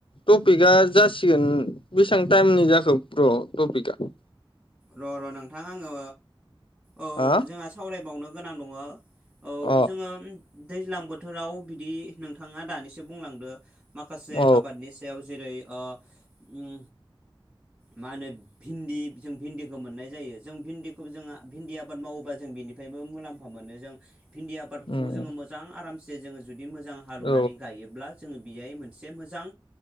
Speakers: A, on the left; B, on the right.
A: टपिकआ जासिगोन बेसेबां टाइमनि जाखो ब्र टपिकआ
B: र र नोंथां आङो औ
A: अ
B: जोंहा सावरायबावनो, गोनां दङ औ
A: अ
B: जोङो दैज्लां बोथोराव बिदि नोंथाङा दानिसो बुंलांदो, माखासे
A: औ
B: आबादनि सायाव जेरै ओ उम मा होनो भिन्दि जों भिन्दिखौ मोननाय जायो जों भिन्दिखौ जोंहा भिन्दि आबाद मावोबा जों बिनिफ्रायबो मुलाम्फा मोनो जों भिन्दि आबादखौ
A: उम
B: जोङो मोजां आराम, से जोङो जुदि बिदि मोजां हालेवनानै
A: औ
B: गायोब्ला जोङो बेहाय मोनसे मोजां